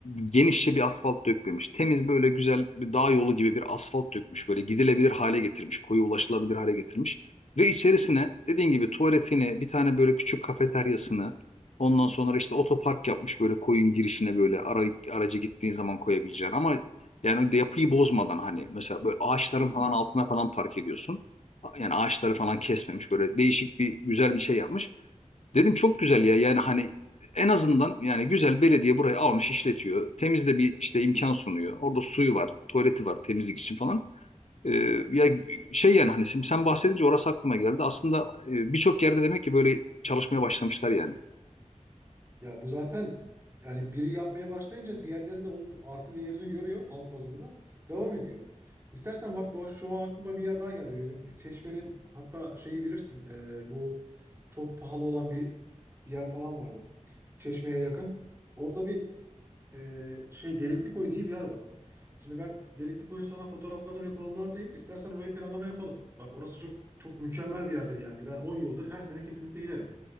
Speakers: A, on the left; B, on the right.
A: genişçe bir asfalt dökmemiş. Temiz böyle güzel bir dağ yolu gibi bir asfalt dökmüş. Böyle gidilebilir hale getirmiş. Koyu ulaşılabilir hale getirmiş. Ve içerisine dediğin gibi tuvaletini, bir tane böyle küçük kafeteryasını, ondan sonra işte otopark yapmış böyle koyun girişine böyle ara, aracı gittiğin zaman koyabileceğin. Ama yani de yapıyı bozmadan hani mesela böyle ağaçların
B: Evet.
A: falan altına falan park ediyorsun. Yani ağaçları falan kesmemiş böyle değişik bir güzel bir şey yapmış. Dedim çok güzel ya yani hani en azından yani güzel belediye burayı almış işletiyor. Temizde bir işte imkan sunuyor. Orada suyu var, tuvaleti var temizlik için falan. Ee, ya şey yani hani şimdi sen bahsedince orası aklıma geldi. Aslında e, birçok yerde demek ki böyle çalışmaya başlamışlar yani.
B: Ya bu zaten yani biri yapmaya başlayınca diğerleri de onun artı değerini görüyor halk bazında. Devam ediyor. İstersen bak bu- şu an aklıma bir yer daha geldi benim. Çeşme'nin hatta şeyi bilirsin. e, bu çok pahalı olan bir, bir yer falan vardı. Çeşme'ye yakın. Orada bir e, şey Delikli Koy diye bir yer var. Şimdi ben Delikli Koy'un sana fotoğraflarını ve konumunu atayım. İstersen orayı planlama yapalım. Bak orası çok çok mükemmel bir yerdir yani. Ben 10 yıldır her sene kesinlikle giderim.